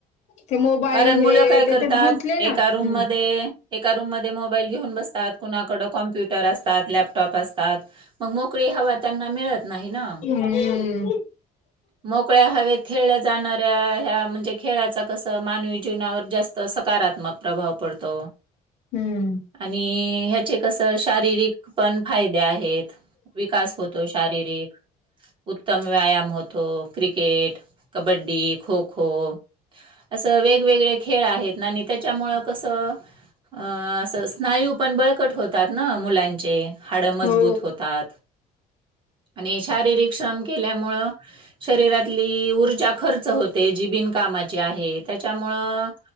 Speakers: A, on the left (about 45°); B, on the right (about 30°).
A: ते मोबाईल
B: कारण मुलं
A: हे
B: काय करतात,
A: त्याच्यात गुंतले
B: एका
A: ना
B: रूम
A: हम्म
B: मध्ये एका रूम मध्ये मोबाईल घेऊन बसतात कुणाकडं. कॉम्प्युटर अस त्यात लॅपटॉप असतात, मग मोकळी हवा त्यांना मिळत नाही ना?
A: हम्म
B: मोकळ्या हवेत खेळल्या जाणाऱ्या, ह्या म्हणजे खेळाचा कसं मानवी. जीवनावर जास्त सकारात्मक प्रभाव पडतो.
A: हम्म
B: आणि ह्याचे कसं, शारीरिक पण फायदे आहेत. विकास होतो शारीरिक. उत्तम व्यायाम होतो, क्रिकेट कबड्डी खो खो. असं वेगवेगळे खेळ आहेत ना, आणि त्याच्यामुळं कसं अ असं. स्नायू पण बळकट होतात ना, मुलांचे हाडं मजबूत
A: हो
B: होतात. आणि शारीरिक श्रम केल्यामुळं, शरीरातली ऊर्जा खर्च होते, जी बिनकामाची आहे‌. तेच्यामुळं,